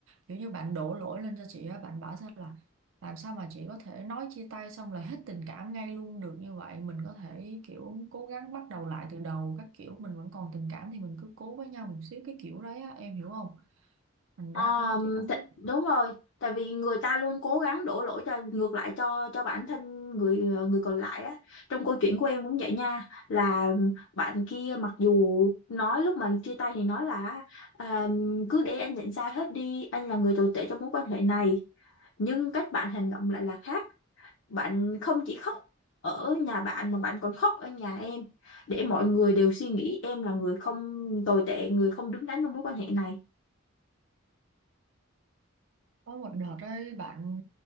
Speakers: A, on the right; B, on the left.
A: kiểu như bạn đổ lỗi lên cho chị á bạn bảo sao là làm sao mà chị có thể nói chia tay xong là hết tình cảm ngay luôn được như vậy mình có thể kiểu cố gắng bắt đầu lại từ đầu các kiểu mình vẫn còn tình cảm thì mình cứ cố với nhau một xíu cái kiểu đấy á em hiểu không thành
B: Ờ,
A: ra á, chị cảm
B: t-
A: thấy
B: đúng rồi, tại vì người ta luôn cố gắng đổ lỗi cho ngược lại cho cho bản thân người ờ, người còn lại á. Trong câu chuyện của em cũng vậy nha, là bạn kia mặc dù nói lúc mà chia tay thì nói là à, cứ để anh nhận sai hết đi, anh là người tồi tệ trong mối quan hệ này, nhưng cách bạn hành động lại là khác. Bạn không chỉ khóc ở nhà bạn mà bạn còn khóc ở nhà em để mọi người đều suy nghĩ em là người không tồi tệ, người không đứng đắn trong mối quan hệ này
A: có một đợt đấy bạn